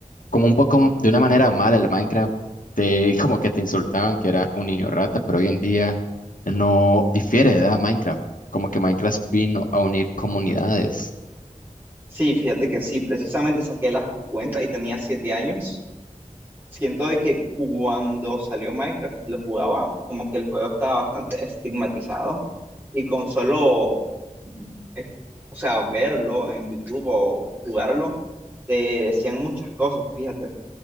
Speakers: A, on the left; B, on the right.
A: como un poco de una manera mala el Minecraft, te, <laughs> como que te insultaban que era un niño rata, pero hoy en día no difiere de edad Minecraft como que Minecraft vino a unir comunidades.
B: Sí, fíjate que sí, precisamente saqué las cuentas y tenía siete años. Siento de que cuando salió Minecraft y lo jugaba, como que el juego estaba bastante estigmatizado y con solo, es- o sea, verlo en YouTube o jugarlo, te decían muchas cosas, fíjate.